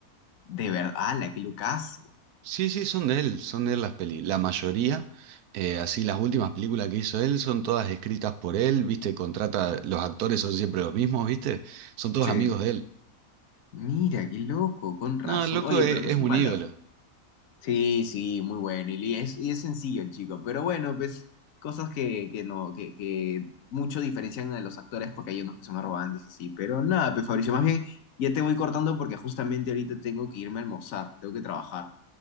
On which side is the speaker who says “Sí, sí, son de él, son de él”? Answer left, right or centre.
Right